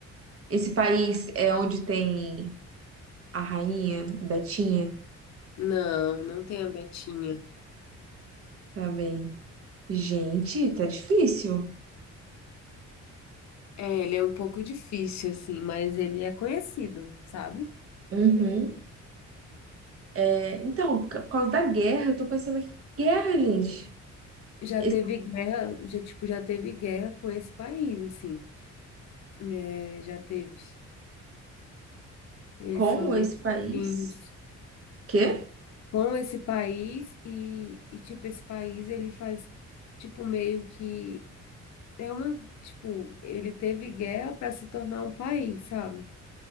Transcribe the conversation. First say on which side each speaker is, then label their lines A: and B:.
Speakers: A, on the right (about 50°); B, on the left (about 65°).
A: Esse país é onde tem a rainha, a Betinha?
B: Não, não tem a Betinha.
A: Tá bem. Gente, tá difícil.
B: É, ele é um pouco difícil, assim, mas ele é conhecido, sabe?
A: Uhum. É, então, por causa da guerra, eu tô pensando aqui, guerra, gente.
B: Já
A: Esse,
B: teve guerra, já, tipo, já teve guerra com esse país, assim. É, já teve. Eles
A: como
B: são bem
A: esse país?
B: chatinhos
A: Quê?
B: com esse país e, e, tipo, esse país, ele faz, tipo, meio que... É uma, tipo, ele teve guerra para se tornar um país, sabe?